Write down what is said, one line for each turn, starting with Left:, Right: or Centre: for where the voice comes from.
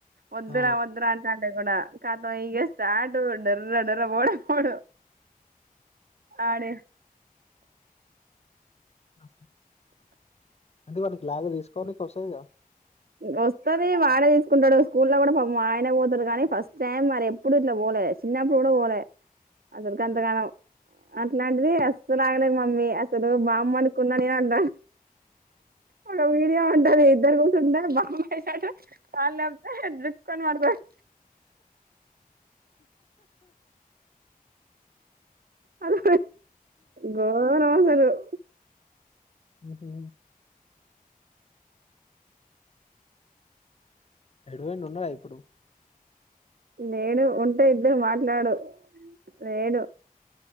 Right: వద్దురా
Left: ఆ.
Right: వద్దురా అంతే అ గుణ కాద ఇగ స్టార్ట్ డూరు డర్ర డర్ర మోడ మడ అడే
Left: ఆ అంటే వానికి లాగిన్ తీసుకోవడానికి వస్తుందిగా
Right: వస్తది వాడే తీసుకుంటాడు స్కూల్లో కూడా పాపం ఆయన పోతాడు కానీ ఫస్ట్ టైం మరి ఎప్పుడు ఇట్లా పోలేదు చిన్నప్పుడు కూడా పోలే అందరికీ ఎంతా <unintelligible> అట్లాంటిది అస్సలు ఆగలేదు మమ్మీ అసలు బాంబు అనుకున్నా నేను అన్నా ఒక మీడియా ఉంటారు ఇద్దరు బాంబు ఏసాడు కళ్ళు జికు అని పడతాది అది గోరం అసలు <inaudible>
Left: ఉహు ఎటు పోయిండు ఉన్నాడా ఇప్పుడు
Right: నేను ఉంటే ఇద్దరు మాట్లాడు లేడు